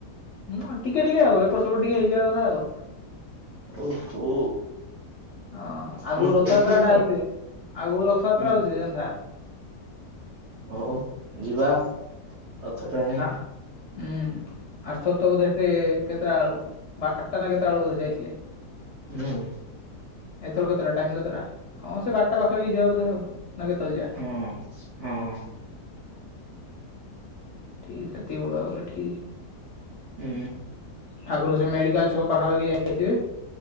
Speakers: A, on the left; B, on the right.
A: ହୁଁ ଟିକେ ଟିକେ ଆଉ ଏପଟ ସେପଟ ଟିକେ ହେଇଯିବା କଥା ଆଉ।
B: ଓହୋ।
A: ହଁ
B: ଆପଣ
A: ଆଗକୁ ରଥଯାତ୍ରାଟା
B: ଦୋଳି ଖେଳୁଛନ୍ତି
A: ଆଉଛି ଆଗକୁ ରଥଯାତ୍ରା
B: ହୁଁ।
A: ଆଉଛି ଜାଣିଥା।
B: ହ ହଉ ଯିବା ରଥ ଟାଣି
A: ଆ ହୁଁ ଆରଥର ତ ବୋଧେ ସେ କେତେଟା ବେଳକୁ ବାରଟା ନା କେତେ ବେଳକୁ ଯାଇଥିଲେ?
B: ହୁଁ।
A: ଏଥର କେତେଟା ଟାଇମ କେତେଟା ହଁ ସେ ବାରଟା ପାଖାପାଖି ଯିବା ବୋଧେ ଆଉ ନା କେତେବେଳେ ଯିବା?
B: ହଁ। ହଁ
A: ଠିକ ସେତିକି ବେଳକୁ ଗଲେ ଠିକ୍।
B: ହୁଁ
A: ଠାକୁର ସେ ମେଡ଼ିକାଲ ଛକ ପାଖାପାଖି ଯାଇଥିବେ